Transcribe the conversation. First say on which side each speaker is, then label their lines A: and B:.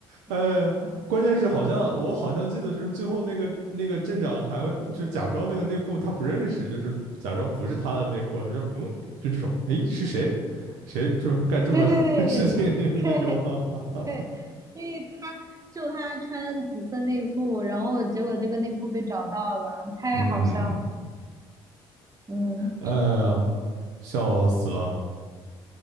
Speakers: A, on the right; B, on the right.
A: 嗯，
B: 哎呀，关键是好像我好像记得，就是最后那个那个镇长还要就假装那个内裤他不认识，就是假装不是他的内裤，说嗯，就这种，哎，是谁？谁就是干这么
A: 对对对对对
B: <laughs> 事情，就是那种，
A: <laughs> 对
B: <laughs> 哈哈哈，
A: 对，因为他就他穿紫色内裤，然后结果这个内裤被找到了，太好笑了，
B: 嗯，
A: 嗯，
B: 哎呀，笑死了，